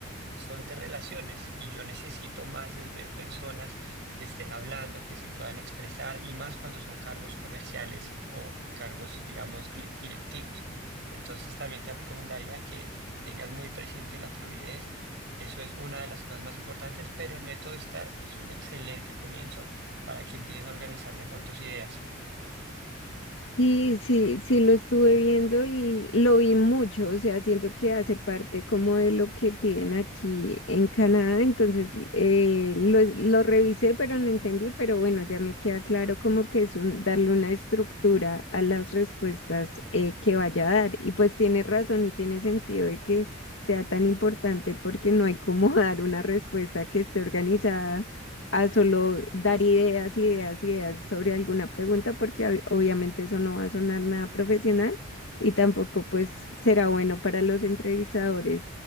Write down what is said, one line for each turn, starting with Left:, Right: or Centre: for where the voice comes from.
Right: son de relaciones y yo necesito más es ver personas que estén hablando, que se puedan expresar y más cuando son cargos comerciales o cargos, digamos, di- directivos. Entonces también te recomendaría que tengas muy presente la fluidez. Eso es una de las cosas más importantes, pero el método STAR es un excelente comienzo para que empieces a organizar mejor tus ideas.
Left: Sí, sí, sí lo estuve viendo y lo vi mucho, o sea, siento que hace parte como de lo que piden aquí en Canadá, entonces eh, lo, lo revisé pero no entendí, pero bueno, ya me queda claro como que es un, darle una estructura a las respuestas eh, que vaya a dar y pues tiene razón y tiene sentido de que sea tan importante porque no hay como <laughs> dar una respuesta que esté organizada a solo dar ideas, ideas, ideas sobre alguna pregunta, porque ob- obviamente eso no va a sonar nada profesional y tampoco pues será bueno para los entrevistadores